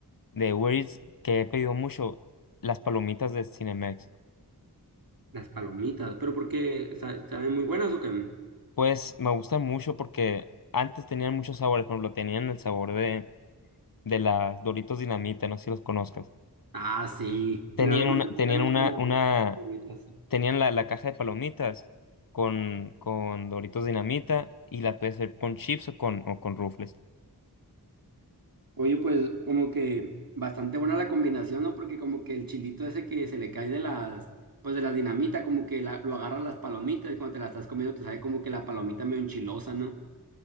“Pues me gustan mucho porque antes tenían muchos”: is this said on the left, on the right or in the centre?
Left